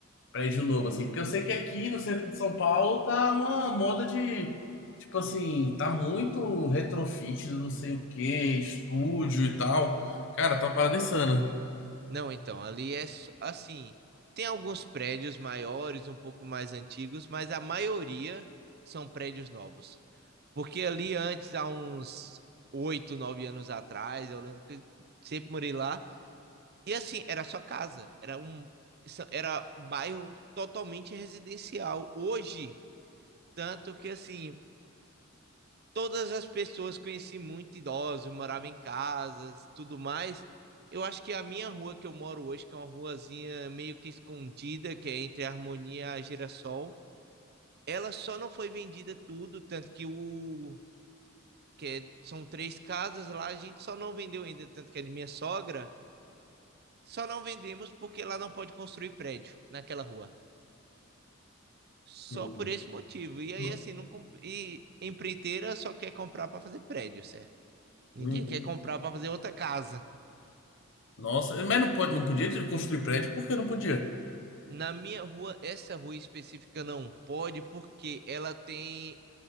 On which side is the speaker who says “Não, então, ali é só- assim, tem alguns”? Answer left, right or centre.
Right